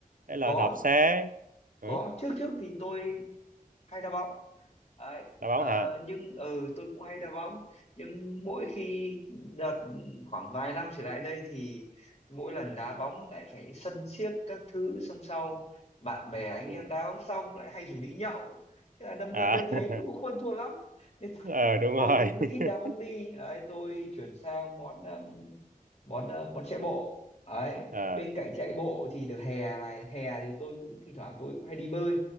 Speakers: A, on the right; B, on the left.
A: hay là
B: có
A: đạp xe. Ừ,
B: có trước trước thì tôi hay đá bóng Đấy,
A: đá
B: ờ,
A: bóng hả?
B: nhưng ừ tôi cũng hay đá bóng nhưng mỗi khi đợt khoảng vài năm trở lại đây thì mỗi lần đá bóng lại phải sân siếc các thứ xong sau bạn bè anh
A: Ừ.
B: em đá bóng xong lại hay rủ đi nhậu thế là đâm
A: À
B: ra tôi thấy
A: <laughs>
B: nó cũng không thua lắm nên tôi,
A: ờ đúng
B: tôi
A: rồi.
B: cũng
A: <laughs>
B: ít đá bóng đi đấy tôi chuyển sang món ừm, món ờ, món chạy bộ đấy
A: À
B: bên cạnh chạy bộ thì được hè này hè thì tôi cũng thỉnh thoảng tôi cũng hay đi bơi